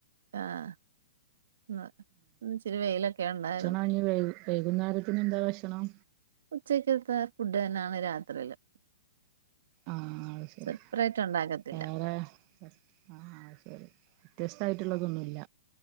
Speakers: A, on the right; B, on the right.
A: ആഹ് ന്ന് ഇന്ന് ഇച്ചിരി വെയിലൊക്കെ ഉണ്ടായിരുന്നു
B: മഞ്ഞു വെയി വൈകുന്നേരത്തിന് എന്താ ഭക്ഷണം
A: ഉച്ചക്കത്തെ ഫുഡ് തന്നെ യാണ് രാത്രിയില്
B: ആ അത് ശരി
A: സെപ്പറേറ്റ് ഉണ്ടാകത്തില്ല
B: വേറെ ആഹ് അഹ് ശരി വ്യത്യസ്തമായിട്ടുള്ളതൊന്നുല്ല